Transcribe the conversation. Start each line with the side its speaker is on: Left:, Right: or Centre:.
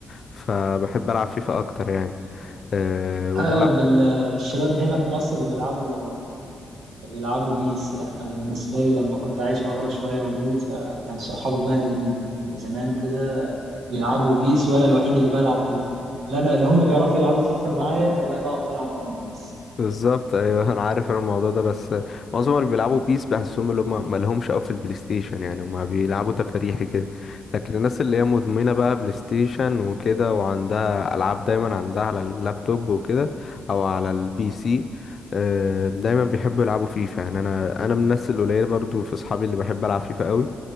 Left: فبحب العب فيفا اكتر يعني أه وبلعب
Right: اغلب ال- الشباب هنا في مصر بيلعبوا بيلعبوا بيس يعني أنا بالنسبة لي لما كنت عايش بره شوية وجيت فكان صحابي بقى اللي من من زمان وكده بيلعبوا بيس وأنا الوحيد اللي بلعب فيفا لا أنا اللي هما بيعرفوا يلعبوا فيفا معايا ولا أنا بعرف ألعب معاهم بيس
Left: بالظبط ايوه <laughs> انا عارف انا الموضوع ده بس معظم اللي بيلعبوا بيس بحسهم اللي هم مالهمش قوي في البلاي ستيشن يعني هم بيلعبوا تفاريحي كده لكن الناس اللي هي مدمنه بقى بلاي ستيشن وكده وعندها العاب دايما عندها على اللابتوب وكده او على البي سي آه، دايما بيحبوا يلعبوا فيفا يعني انا انا من الناس القليله برضو في اصحابي اللي بحب العب فيفا قوي